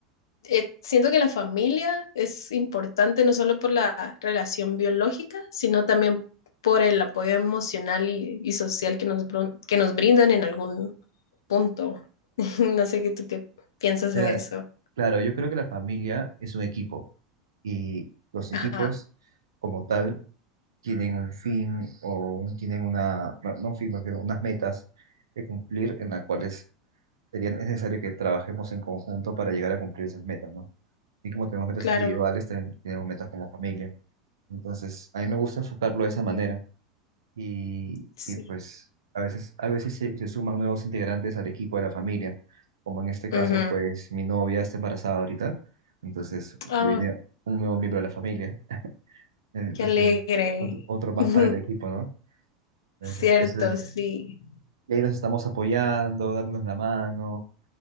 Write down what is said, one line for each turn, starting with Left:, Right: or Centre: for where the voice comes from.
Left: eh, siento que la familia es importante no solo por la relación biológica, sino también por el apoyo emocional y, y social que nos, bron- que nos brindan en algún punto. <laughs> No sé qué tú qué piensas
Right: mira,
Left: de eso.
Right: claro, yo creo que la familia es un equipo y los equipos
Left: Ajá,
Right: como tal tienen un fin o un- tienen una, no no un fin, me refiero, unas metas que cumplir en las cuales sería necesario que trabajemos en conjunto para llegar a cumplir esas metas, ¿no? Y como tenemos metas
Left: claro,
Right: individuales, también tenemos metas como familia. Entonces, a mí me gusta enfocarlo de esa manera. y,
Left: sí.
Right: y, pues a veces, a veces se, se suman nuevos integrantes al equipo de la familia, como en este caso,
Left: Ujú.
Right: pues mi novia está embarazada ahorita, entonces viene
Left: Ah,
Right: un nuevo miembro de la familia, entonces
Left: qué alegre.
Right: otro, otro más
Left: <laughs>
Right: para el equipo, ¿no? Entonces,
Left: Cierto,
Right: eso es-
Left: sí.
Right: y ahí nos estamos apoyando, dándonos la mano.